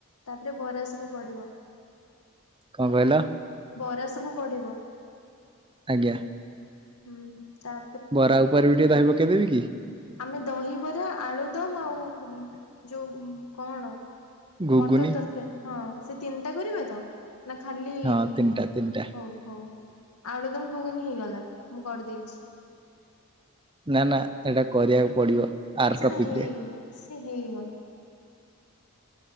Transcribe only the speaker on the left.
ତାପରେ ବରା ସବୁ ପଡିବ
ତା
ବରା ସବୁ ପଡିବ।
ହୁଁ ତା
ଆମେ ଦହିବରା ଆଳୁଦମ ଆଉ ଯୋଉ କଣ।
ମଟର ତରକାରୀ ହଁ ସେ ତିନିଟା କରିବେ ତ। ନା ଖାଲି
ହଉ ହଉ। ଆଡ ଦମ ଘୁଗୁନି ହେଇଗଲା ମୁଁ କରିଦେଇଛି।
ସେଟା
ହେଇନି
ସି ହେଇଗଲା।